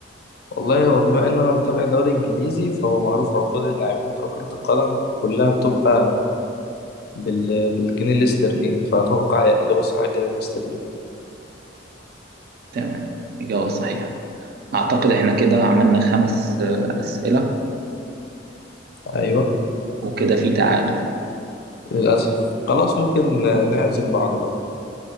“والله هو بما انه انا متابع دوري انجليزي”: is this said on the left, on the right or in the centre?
Left